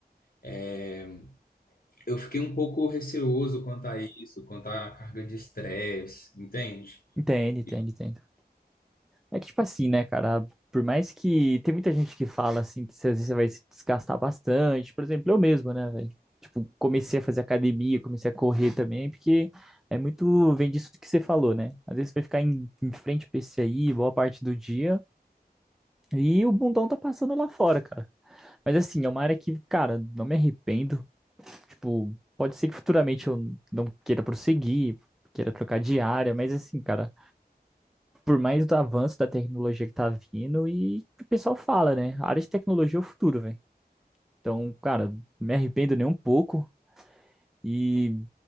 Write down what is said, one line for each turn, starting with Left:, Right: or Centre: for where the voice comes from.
Left: é, eu fiquei um pouco receoso quanto a isso, quanto à carga de estresse, entende?
Centre: Entende, entende,
Left: E-
Centre: entende. É que, tipo assim, né, cara? Por mais que tem muita gente que fala assim que às vezes você vai se desgastar bastante. Por exemplo, eu mesmo, né, velho? Tipo, comecei a fazer academia, comecei a correr também, porque é muito, vem disso que você falou, né? Às vezes você vai ficar em, em frente ao PC aí boa parte do dia e o bundão tá passando lá fora, cara. Mas assim, é uma área que, cara, não me arrependo. Tipo, pode ser que futuramente eu não queira prosseguir, queira trocar de área, mas assim, cara por mais do avanço da tecnologia que tá vindo e que o pessoal fala, né? A área de tecnologia é o futuro, velho. Então, cara, me arrependo nem um pouco e